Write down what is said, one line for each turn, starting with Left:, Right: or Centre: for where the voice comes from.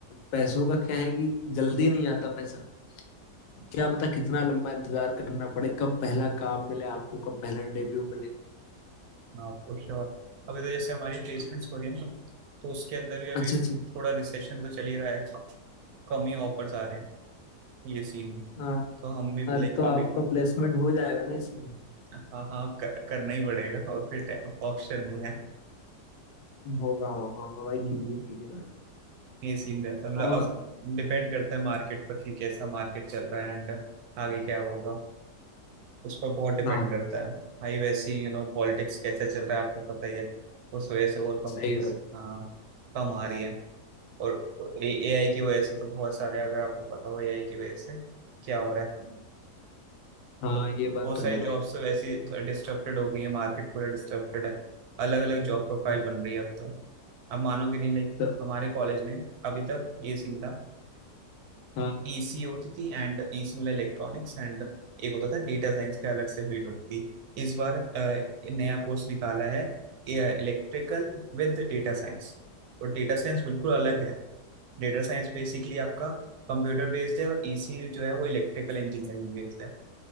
Left: पैसों का क्या है कि जल्दी नहीं आता पैसा क्या पता कितना लंबा इंतजार करना पड़े कब पहला काम मिले आपको कब पहला डेब्यू मिले
Right: हूँ हाँ तो श्योर अभी तो जैसे हमारी प्लेसमेंट्स
Left: तो
Right: हो रही है ना तो उसके अंदर भी अभी
Left: अच्छा अच्छा
Right: थोड़ा रिसेशन तो चल ही रहा है कम ही ऑफर्स आ रहे हैं ये सीन है
Left: हाँ,
Right: तो हम भी
Left: अरे
Right: लाइक
Left: तो आपका
Right: अभी
Left: प्लेसमेंट हो जाएगा ना इसमें
Right: हाँ हाँ कर, करना ही पड़ेगा और फिर ऑप्शन नहीं है
Left: होगा होगा हाँ भाई
Right: हम्म,
Left: कीजिए कीजिए भाई
Right: ये सीन रहता है मतलब
Left: और
Right: अब डिपेंड करता है मार्केट पर कि कैसा मार्केट चल रहा है एंड आगे क्या होगा उस पर बहुत डिपेंड
Left: हाँ
Right: करता है भाई वैसे ही यू नो पॉलिटिक्स कैसे चल रहा है आपको पता ही है उस वजह से और कंपनीज
Left: सही बात
Right: हाँ कम आ रही है और ए आई की वजह से तो बहुत सारे अगर आपको पता हो ए आई की वजह से क्या हो रहा है
Left: हाँ
Right: तो
Left: ये बात
Right: बहुत
Left: तो
Right: सारी
Left: है भाई
Right: जॉब्स तो वैसे ही डिस्टर्बेड हो गई है मार्केट पूरा डिस्टर्बेड है अलग अलग जॉब प्रोफाइल
Left: हाँ,
Right: बन रही है अब तो अब मानोगे नहीं लाइक
Left: तो
Right: हमारे कॉलेज में अभी तक ये सीन था
Left: हाँ
Right: ईसी होती थी एंड ईसी मतलब इलेक्ट्रॉनिक्स एंड एक होता था डेटा साइंस का अलग से फील्ड होती थी इस बार अ, नया कोर्स निकाला है इलेक्ट्रिकल विद डेटा साइंस तो डेटा साइंस बिल्कुल अलग है डेटा साइंस बेसिकली आपका कंप्यूटर बेस्ड है और ईसी जो है वो इलेक्ट्रिकल इंजीनियरिंग बेस्ड है